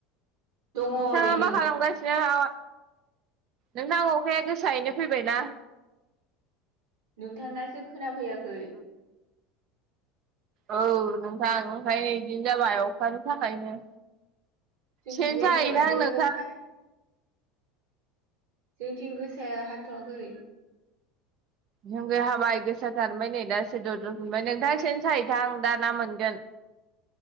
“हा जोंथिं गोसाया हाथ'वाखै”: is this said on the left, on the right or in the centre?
Right